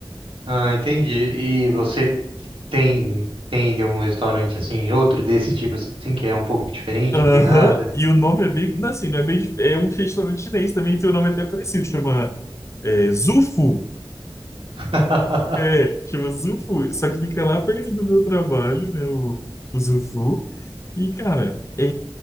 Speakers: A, on the right; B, on the left.
A: Ah, entendi. E você tem tem ido em algum restaurante assim, outro desse tipo assim, que é um pouco diferente
B: Aham,
A: a pegada?
B: E o nome é bem, não assim, não é bem, é um restaurante chinês também, tem um nome até parecido, chama é, Zufu.
A: <laughs>
B: É, chama Zufu, só que fica lá perto do meu trabalho, né, o, o Zufu. E, cara, é